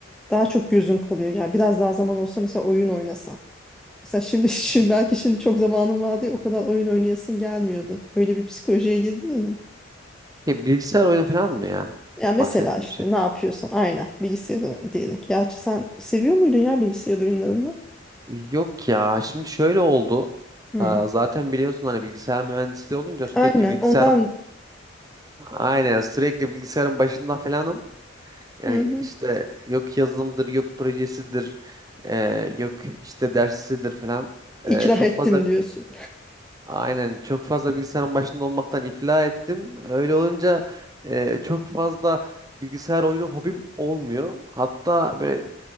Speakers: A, in the centre; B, on the right.
A: daha çok gözün kalıyor. Yani biraz daha zaman olsa mesela oyun oynasam. Mesela şimdi, <laughs> şimdi belki şimdi çok zamanım var diye o kadar oyun oynayasın gelmiyordu. Öyle bir psikolojiye girdin mi?
B: E, bilgisayar oyunu falan mı ya
A: Ya mesela
B: bahsettiğim
A: işte
B: şey?
A: ne yapıyorsan aynen bilgisayar oyunu diyelim. Gerçi sen seviyor muydun ya bilgisayar oyunlarını?
B: Yok ya şimdi şöyle oldu.
A: Hmm.
B: Aa, Zaten biliyorsun hani bilgisayar mühendisliği olunca sürekli
A: Aynen
B: bilgisayar
A: ondan
B: aynen sürekli bilgisayarın başında falanım. Yani
A: hı hı.
B: işte yok yazılımdır, yok projesidir, e, yok işte dersidir falan.
A: ikna
B: E, çok
A: ettim
B: fazla
A: diyorsun.
B: Aynen çok fazla bilgisayarın başında olmaktan iflah ettim. Öyle olunca e, çok fazla bilgisayar oyunu hobim olmuyor. Hatta böyle